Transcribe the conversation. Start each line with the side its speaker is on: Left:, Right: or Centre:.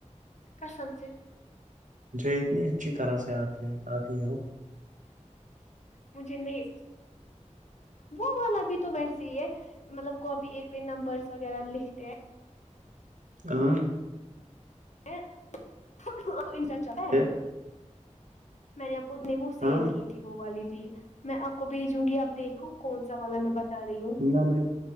Left: قسم سے
Right: جو اتنی اچھی طرح سے آتی ہے آتی ہے وہ
Left: م جے نہیں وہ والا بھی تو ویسے ہی ہے مطلب کاپی ایک پہ نمبرس وغیرہ لکھتے ہیں
Right: ہاں
Left: ا <unintelligible>
Right: پھر
Left: میں نے آپ کو اپ نبو سیو
Right: ہاں
Left: کی والی بھی میں آپ کو بھیجوں گی اپ دیکھو کونا والا میں بتا رہی ہوں
Right: نہ میں